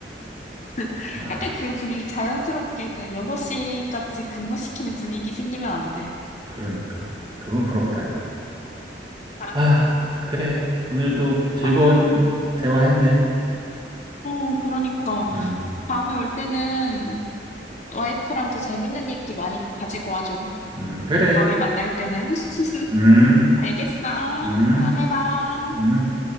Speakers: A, on the left; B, on the right.
A: <laughs>
B: 아,
A: 약간 그 분위기 자연스럽게 그 6시까지 근무시키는 분위기 생기면 안 돼.
B: 그러니까 그건 부럽다 야.
A: 아,
B: 아, 그래. 오늘도 즐거운
A: 아,
B: 대화했네.
A: 어, 그러니까.
B: 음.
A: 다음에 올 때는 와이프랑 더 재밌는 얘기 많이 가지고 와줘.
B: 음, 그래.
A: 다음에 만날 때는. <laughs>
B: 음.
A: 알겠어.
B: 음.
A: 다음에 봐.
B: 음.